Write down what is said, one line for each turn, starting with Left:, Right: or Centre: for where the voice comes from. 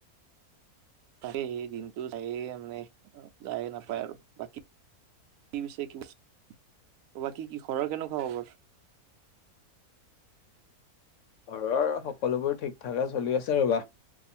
Right: তাক হে দিনতটো যায়ে মানে যায়ে নাপায় আৰু বাকী কি পিছে তোমাৰ কি ঘৰৰ কনেকোৱা খবৰ?
Left: ঘৰৰ সকলোবোৰ ঠিক ঠাকে চলি আছে ৰ'বা